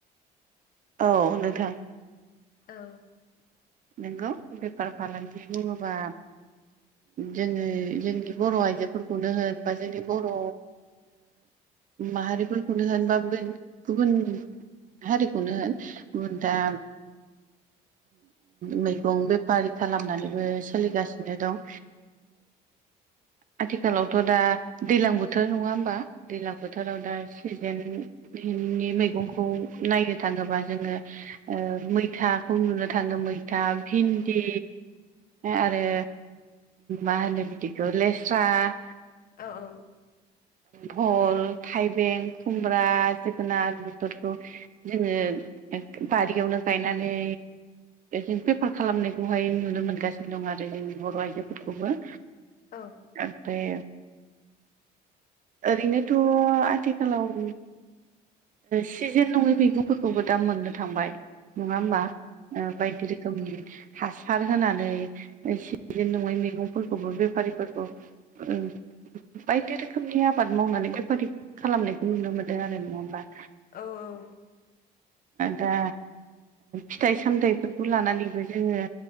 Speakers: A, on the right (about 50°); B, on the left (about 55°).
A: औ नोंथां
B: औ
A: नोंगौ बेफार फालांगि बुङोबा जोङो जोंनि बर' आइजोफोरखौनो होन बा जोंनि बर' माहारिफोरखौनो होनबा गुबुन हारिखौनो होन दा मैगं बेफारि खालामनानैबो सोलिगासिनो दं आथिखालावथ' दा दैलां बोथोर नङा होमबा दैज्लां बोथोराव दा जेन नि मैगंखौ नायनो थाङोबा जोङो ओ मैथाखौ नुनो थाङो मै फथा भिन्दि आरो मा होनो बिदिखौ लेस स्रा
B: औ-औ
A: भल थाइबें खुमब्रा जोगोनार बेफोरखौ जोङो बारियावनो गायनानै जों पेफार खालामनायखौहाय नुनो मोनगासिनो दं आरो जोंनि बर' आइजोफोरखौबो
B: औ
A: ओमफ्राय ओरैनोथ' आथिखालाव सिजेन नङै मैगंफोरखौबो दा मोननो थांबाय नङा होमबा बायदि नि हासार होनानै सिजेन नङै मैगंफोरखौबो बेफारि <unintelligible> बायदि रोखोमनि आबाद मावनानै बेफारि खालामनायखौ नुनो मोनदों आरो नङा होमबा
B: औ-औ
A: दा फिथाइ सामथायाइफोरखौ लानानैबो जोंङो